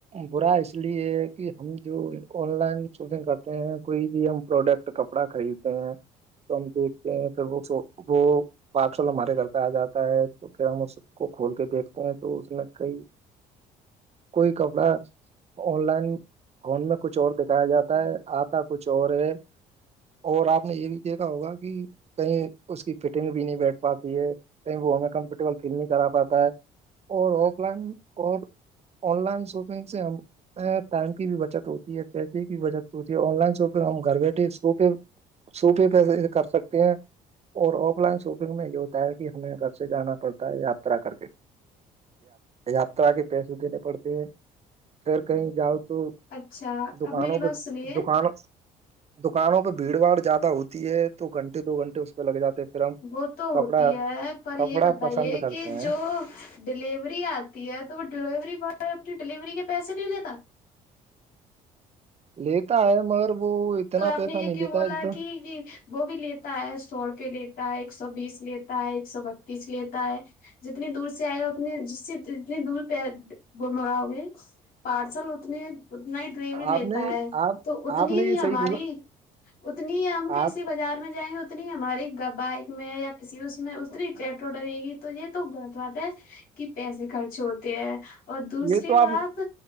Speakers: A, on the right (about 40°); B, on the left (about 55°).
A: برا اس لیے کہ ہم جو آن لائن شاپنگ کرتے ہیں کوئی بھی ہم پروڈکٹ کپڑا خریدتے ہیں تو ہم دیکھتے ہیں پھر وہ وہ پار سال ہمارے گھر پہ آ جاتا ہے تو پھر ہم اس کو کھول کے دیکھتے ہیں تو اس میں کئی کوئی کپڑا آن لائن فون میں کچھ اور دکھایا جاتا ہے آتا کچھ اور ہے اور آپ نے یہ بھی دیکھا ہوگا کہ کہیں اس کی فٹنگ بھی نہیں بیٹھ پاتی ہے کہیں وہ ہمیں کمفرٹیبل فیل نہیں کرا پاتا ہے اور آف لائن اور آن لائن شاپنگ سے ہم ٹائم کی بھی بچت ہوتی ہے پیسے کی بھی بچت ہوتی ہے آن لائن شاپنگ ہم گھر بیٹھے شو پہ سوپہ پیسے کر سکتے ہیں اور آف لائن شاپنگ میں یہ ہوتا ہے کہ ہمیں گھر سے جانا پڑتا ہے یاترا کر کے یاترا کے پیسے دینے پڑتے ہیں پھر کہیں جاؤ تو
B: اچھا
A: دکانوں
B: اب میری
A: کو
B: بات سنیے
A: دکان دکانوں پہ بھیڑ باڑ زیادہ ہوتی ہے تو گھنٹے دو گھنٹے لگ جے پھر ہم
B: وہ تو ہوتی
A: کپڑا
B: ہے پر یہ
A: کپڑا
B: بتائیے
A: پسند کرتے
B: کہ
A: ہیں
B: جو ڈیلیوری آتی ہے تو وہ ڈیلیوری بوائے اپنی ڈلیوری کے پیسے نہیں لیتا
A: لیتا ہے مگر وہ اتنا
B: تو آپنی
A: پیسہ
B: یہک
A: نہیں لیتا
B: بولا
A: ہے جتنا
B: کہ وہ بھی لیتا ہے سو روپئے لیتا ہے ایک سو بیس لیتا ہے ایک سو بتیس لیتا ہے جتنی دور سے آئے گا اتنی ج جتنی دور پہ گول مگاؤ گے پارسل اتنے اتنا ہی ڈیلیوری لیتا
A: آپ نے
B: ہے
A: آپ
B: تو اتنی
A: آپ نے
B: بھی یہ
A: صحیح
B: ہماری
A: بولا
B: اتنی ہم کسی
A: آپ
B: بجار میں جائیں گے اتنی ہماری بائک میں یا کسی اس میں اتنی پیٹرول رہے گی تو یہ تو غط بات ہے کہ پیسے خرچ ہوتے ہیں اور دوسری
A: یہ تو آپ
B: بات